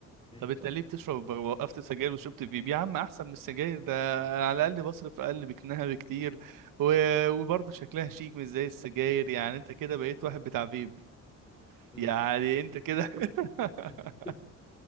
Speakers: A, on the left; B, on the right.
A: مم.
B: طب انت ليه بتشرب وقفت سجاير وشربت فيب يا عم احسن من السجاير ده انا على الاقل بصرف اقل بكنها بكتير و... وبرضه شكلها شيك مش زي السجاير يعني انت كده بقيت واحد بتاع فيب
A: مم.
B: يعني انت كده <laughs>
A: <laughs>